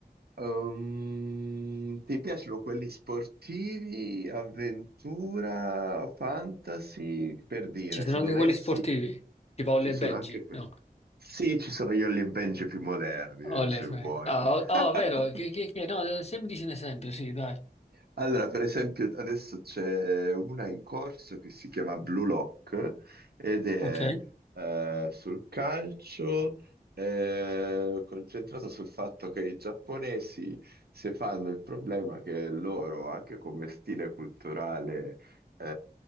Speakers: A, on the right (about 70°); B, on the left (about 40°).
A: Um, ti piacciono quelli sportivi, avventura, fantasy? Per dire,
B: Ci sono
A: se
B: anche
A: dovessi,
B: quelli sportivi, tipo Olle
A: ci sono
B: e Benji,
A: anche quelli.
B: no?
A: Sì, ci sono io e Benji più moderni,
B: Olle
A: se
B: e
A: vuoi.
B: Benji. Ah, oh,
A: <laughs>
B: oh, vero, che, che, che- no, eh, se mi dici un esempio, sì, dai.
A: Allora, per esempio, adesso c'è una in corso che si chiama Blue Lock ed è
B: Ok.
A: eh, sul calcio, eh, concentrata sul fatto che i giapponesi si fanno il problema che loro, anche come stile culturale eh,